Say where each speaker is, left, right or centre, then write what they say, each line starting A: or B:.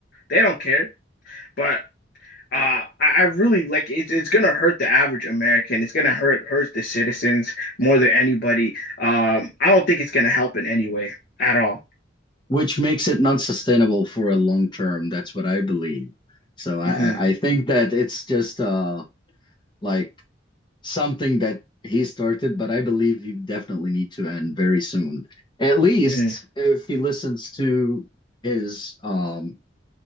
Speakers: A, on the left; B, on the left.
A: They don't care. But uh, I, I really like it's it's gonna hurt the average American. It's gonna hurt hurt the citizens more than anybody. Um, I don't think it's gonna help in any way at all.
B: Which makes it not sustainable for a long term. That's what I believe. So I
A: Uh huh.
B: I I think that it's just uh like something that he started, but I believe you definitely need to end very soon. At least
A: Uh huh.
B: if he listens to his um